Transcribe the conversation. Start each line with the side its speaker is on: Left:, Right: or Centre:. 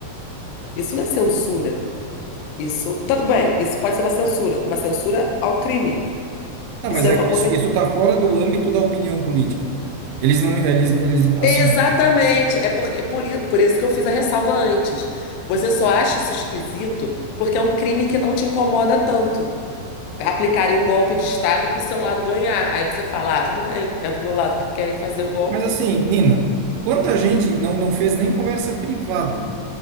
Left: Isso não é censura. Isso, tudo bem, isso pode ser uma censura, uma censura ao crime.
Right: Não,
Left: Isso
Right: mas
Left: é
Right: é
Left: uma
Right: que
Left: coisa.
Right: isso, isso tá fora do âmbito da opinião política. Eles não, eles, eles, assim,
Left: Exatamente, é porque, por, i- por isso que eu fiz a ressalva antes. Você só acha isso esquisito porque é um crime que não te incomoda tanto. aplicarem um golpe de Estado para o seu lado ganhar. Aí você fala, ah, tudo bem, é do meu lado que querem fazer o golpe.
Right: Mas assim, Nina, quanta gente não, não fez nem conversa privada?